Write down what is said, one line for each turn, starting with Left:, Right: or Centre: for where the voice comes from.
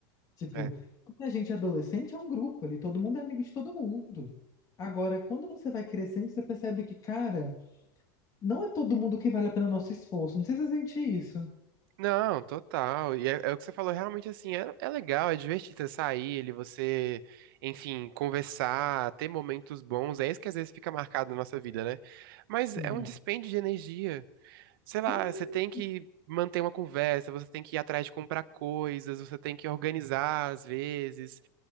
Left: Tipo,
Right: é.
Left: quando a gente é adolescente, é um grupo ali, todo mundo é amigo de todo mundo. Agora, quando você vai crescendo, você percebe que, cara, não é todo mundo que vale a pena o nosso esforço. Não sei se você sente isso.
Right: Não, total. E é, é o que você falou, realmente assim, é, é legal, é divertido você sair, ele, você, enfim, conversar, ter momentos bons. É isso que às vezes fica marcado na nossa vida, né? Mas
Left: Sim,
Right: é um dispêndio de energia. Sei
Left: sim,
Right: lá, você tem que manter uma conversa, você tem que ir atrás de comprar coisas, você tem que organizar às vezes.